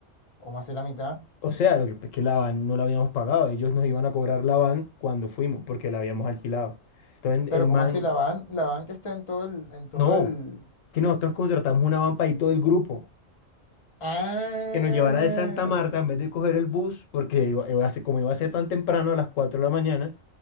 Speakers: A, on the left; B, on the left.
A: ¿Cómo así la mitad?
B: O sea, lo que es que la van no la habíamos pagado, ellos nos iban a cobrar la van cuando fuimos, porque la habíamos alquilado. Entonces
A: Pero
B: el man,
A: ¿cómo así la van, la van que está en todo el, en todo
B: no,
A: el.
B: que nosotros contratamos una van para ir todo el grupo.
A: Ah,
B: que nos llevara de Santa Marta en vez de coger el bus, porque iba- iba a ser- como iba a ser tan temprano, a las 4 de la mañana,